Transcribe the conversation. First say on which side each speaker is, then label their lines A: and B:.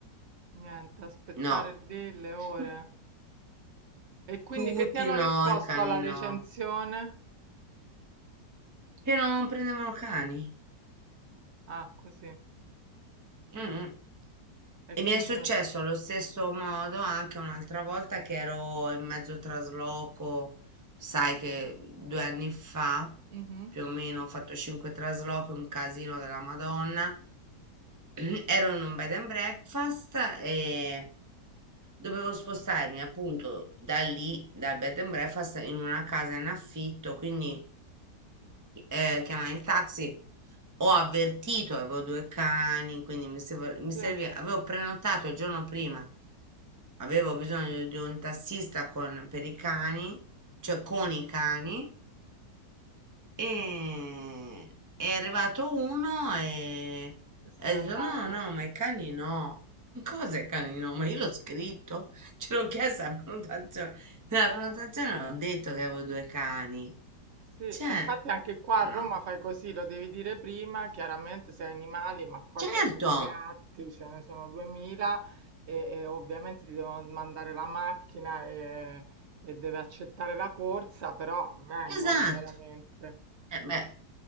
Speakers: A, on the right; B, on the right.
A: niente, aspettare
B: No,
A: lì le ore.
B: <laughs>
A: E quindi
B: tutti
A: che ti hanno
B: no,
A: risposto
B: i cani
A: alla recensione?
B: no. Che non prendevano cani.
A: Ah, così.
B: Mm.
A: E
B: E mi
A: quindi...
B: è successo allo stesso modo anche un'altra volta che ero in mezzo trasloco, sai che due anni fa
A: Mhm,
B: più o meno ho fatto cinque traslochi, un casino della Madonna. <clears throat> Ero in un bed and breakfast e dovevo spostarmi appunto da lì, dal bed and breakfast, in una casa in affitto, quindi eh, chiamare il taxi. Ho avvertito, avevo due cani, quindi mi serv- mi serviva,
A: sì,
B: avevo prenotato il giorno prima, avevo bisogno di un tassista con, per i cani, cioè con i cani, e è arrivato uno e
A: se
B: e
A: n'è
B: ha
A: andato.
B: detto no, no, ma i cani no. "Ma Cosa i cani no? Ma io l'ho scritto, <laughs> ce l'ho chiesto alla prenotazione. Nella
A: Eh,
B: prenotazione ho detto che avevo due cani.
A: sì,
B: Cioè,
A: e infatti anche qua a
B: no.
A: Roma fai così, lo devi dire prima, chiaramente se hai animali, ma qua
B: Certo,
A: c'ho pure gatti, ce ne sono 2000 e, e ovviamente ti devono mandare la macchina e, e deve accettare la corsa, però vengono
B: esatto.
A: chiaramente.
B: Eh beh,